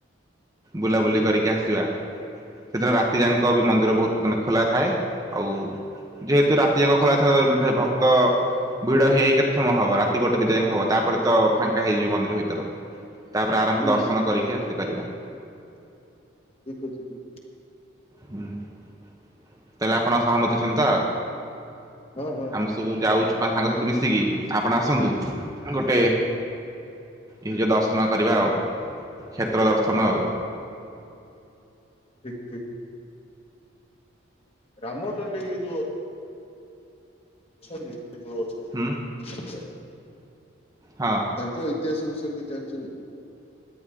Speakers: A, on the right; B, on the left.
A: ବୁଲାବୁଲି କରିକି ଆସିବା ସେଦିନ ରାତି ଯାଙ୍କ ବି ମନ୍ଦିର ବହୁତ ମାନେ ଖୋଲା ଥାଏ। ଆଉ ଯେହେତୁ ରାତି ଯାଙ୍କ ଖୋଲା ଥାଏ ଭକ୍ତ ଭିଡ ହେଇ କେତେ ସମୟ ହବ ରାତି ଗୋଟେ ଦିଟା ଯାଙ୍କ ହବ ତାପରେ ତ ଫାଙ୍କା ହେଇଯିବ ମନ୍ଦିର ଭିତର। ତାପରେ ଆରାମ୍
B: ହୁଁ
A: ସେ ଦର୍ଶନ
B: ହୁଁ
A: କରିକି ଆସିପାରିବା।
B: ଠିକ୍ ଅଛି।
A: ହୁଁ ତାହେଲେ ଆପଣ ସହମତି ଅଛନ୍ତି ତ।
B: ହଁ ହଁ।
A: ଆମେ ସବୁ ଯାଉଛୁ ପା ସାଙ୍ଗସାଥି ମିଶିକି ଆପଣ ଆସନ୍ତୁ ଗୋଟେ ଏ ଯୋଉ ଦର୍ଶନ କରିବା ଆଉ କ୍ଷେତ୍ର ଦର୍ଶନ ଆଉ।
B: ଠିକ୍ ଠିକ୍। ରାମଦଯି ଯୋ ଅଛନ୍ତି ଏ ଯଉ ଅଛନ୍ତି।
A: ହୁଁ।
B: <unintelligible>
A: ହଁ।
B: ତାଙ୍କ ଇତିହାସ ବିଷୟରେ କିଛି ଜାଣିଛନ୍ତି।